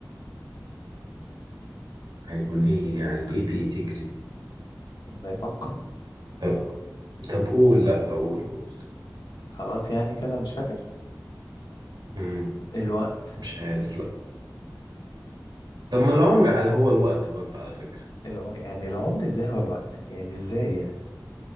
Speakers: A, on the right; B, on the left.
A: هيكون ايه يعني ايه بتجري
B: والله يفكر
A: طب طب قول لا قول قول
B: خلاص يعني كده مش فاكر
A: امم
B: الوقت
A: مش عارف لا طب ما العمر على هو الوقت برضه على فكره
B: الو... يعني العمر ازاي هو الوقت يعني ازاي يعني